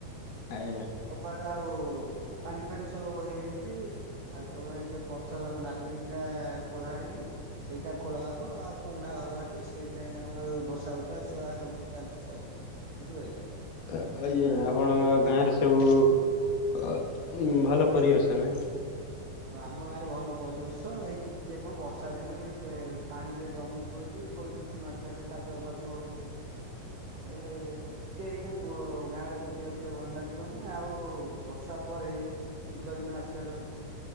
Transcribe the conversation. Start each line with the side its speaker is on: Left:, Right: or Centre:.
Left: ଆଜ୍ଞା
Right: କବାଟ ଆଉ ପାଣି ଫାଣି ସବୁ ହେଇଯାଇଛି। ଆଉ କେବଳ ଏଇ ଯୋଉ ପଛ ଘର ଲାଟ୍ ରିଙ୍ଗ୍ ଟା ଖୋଳା ହେଇନି। ସେଇଟା ଖୋଳା ହବ ଆଉ ପୁରୁଣା ଘର ଅଛି ସେଇ ଟାହିଁ ଆମର ବସା ଉଠା ଶୁଆ ହେଉଛି ଚାଲିଛି ଆଉ। ବୁଝି ପାହିଲେ
Left: ଆହାଁ <unintelligible> ଗାଁରେ ସବୁ ଆହାଁ ଉଁ ଭଲ ପରିବେଶ ନାଇଁ
Right: ହଁ, ଆମ ଗାଁରେ ଭଲ ପରିବେଶ ଏଇ ଟିକେ କଣ ବର୍ଷା ଦିନେ ପାଣି କେ ପାଣି ଟିକେ ଜମୁଛି ବୋଲି। କଣ କିଛି ମାତ୍ରାରେ କାଦୁଆ ଫାଦୁଆ ହେଉଛି ଏ ଟିକେ ଏଇନାକେ କୁଅ ଗାଁରେ ବୁଲିବାକୁ ଟଠେ ଭଲ ଲାଗିବନି ଆଉ ବର୍ଷା ପରେ ଶୀତ ଦିନ ଆସିବାର ଅଛ୍।